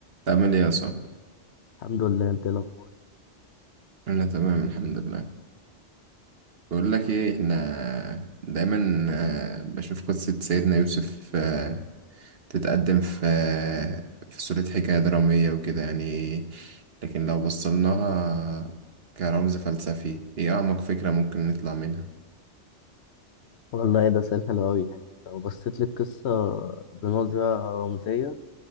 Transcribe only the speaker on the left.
الحمد لله انت ايه الاخبار
والله ايه ده سؤال حلو قوي يعني لو بصيت للقصه بنظره رمزيه